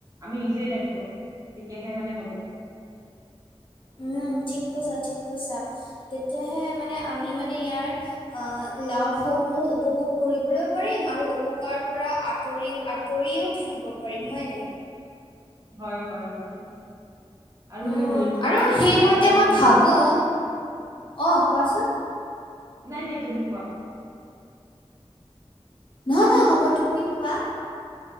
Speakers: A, on the right; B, on the left.
A: আমি নিজেই লাগিব তেতিয়াহে মানে হ'ব।
B: উম, ঠিক কৈছা, ঠিক কৈছা, তেতিয়াহে মানে আমি মানে ইয়াৰ আহ লাভসমূহ উপভোগ কৰিবলৈ পাৰিম আৰু উপকাৰ পৰা আঁতৰি আঁতৰিও থাকিব পাৰিম হয়নে নাই।
A: হয় হয় হয়। আৰু
B: উম,
A: তোমাৰ
B: আৰু
A: কি
B: সেইমতে
A: কি লাগে তাৰমানে
B: মই ভাবো অ', কোৱাচোন।
A: নাই নাই তুমি কোৱা
B: নহয় নহয় হ'ব তুমি কোৱা